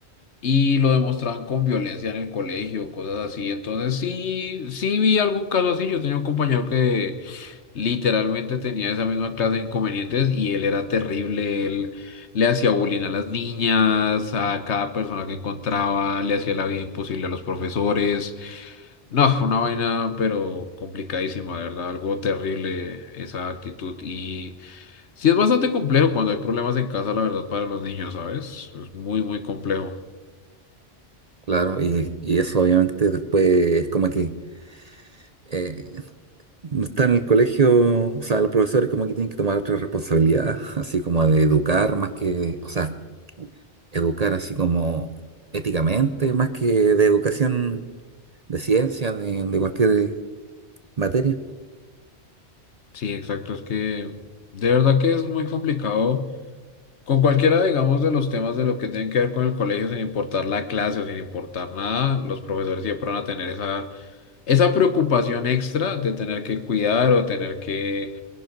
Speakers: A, on the left; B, on the right.
A: y lo demostraban con violencia en el colegio, cosas así. Entonces sí, sí vi algún caso así. Yo tenía un compañero que Literalmente tenía esa misma clase de inconvenientes y él era terrible, él le hacía bullying a las niñas, a cada persona que encontraba, le hacía la vida imposible a los profesores. No, fue una vaina, pero complicadísima, de verdad, algo terrible esa actitud. Y sí es bastante complejo cuando hay problemas en casa, la verdad, para los niños, ¿sabes? Es muy, muy complejo.
B: Claro, y, y eso obviamente después es como que... eh, No está en el colegio, o sea, los profesores como que tienen que tomar otra responsabilidad, <laughs> así como de educar más que, o sea, educar así como éticamente, más que de educación de ciencia, de, de cualquier materia.
A: Sí, exacto, es que de verdad que es muy complicado. Con cualquiera, digamos, de los temas de lo que tienen que ver con el colegio, sin importar la clase o sin importar nada, los profesores siempre van a tener esa, esa preocupación extra de tener que cuidar o tener que,